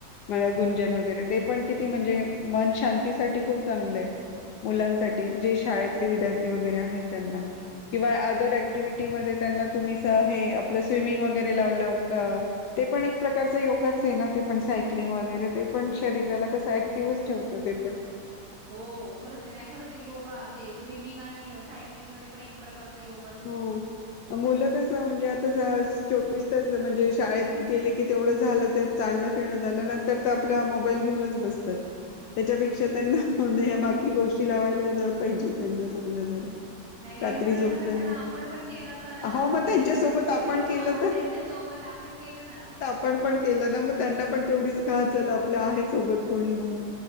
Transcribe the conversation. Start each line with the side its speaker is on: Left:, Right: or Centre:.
Left: मला गुंजन वगैरे, ते पण किती म्हणजे, मन शांतीसाठी खूप चांगलय. मुलांसाठी, जे शाळेतले विद्यार्थी वगैरे आहेत त्यांना. किंवा आँदर
Right: हो, हो.
Left: ॲक्टिव्हिटी मध्ये त्यांना तुम्ही स हे आपलं स्विमिंग वगैरे लावल का? ते पण एक प्रकारच योगाच आहे ना, ते पण सायक्लिंग वगैरे ते पण शरीराला कसं ॲक्टिव्हच ठेवत ते पण.
Right: हो, हो, खरंच आहे, नाही खरंच आहे, योगा ते स्विमिंग आणि सायकलिंगमध्ये पण एक प्रकारचा योगच
Left: हो, अ मुलं कस, म्हणजे आता स चोवीस तास म्हणजे शाळेत गेले कि तेवढं झालं, ते चालण फिरण झालं, नंतर आपला मोबाईल घेऊनच बसतात. त्याच्यापेक्षा त्यांना ह्या बाकी गोष्टी लावायलाज पाहिजे, त्यांना चांगल्या जरा.
Right: नाही, नाही,
Left: रात्री
Right: मुलांना
Left: झोपताना
Right: कशा त्याला आपण पण केलं, करायला
Left: हो
Right: हवं
Left: मग
Right: मला
Left: त्यांच्यासोबत
Right: असं वाटतंय,
Left: आपण केलं
Right: हा त्यांच्या सोबत आपण केलं ना.
Left: पण, पण
Right: अ,
Left: केलं ना, मग त्यांना पण तेवढीच का हा चला, आपल्या आहे सोबत कोणी म्हणून.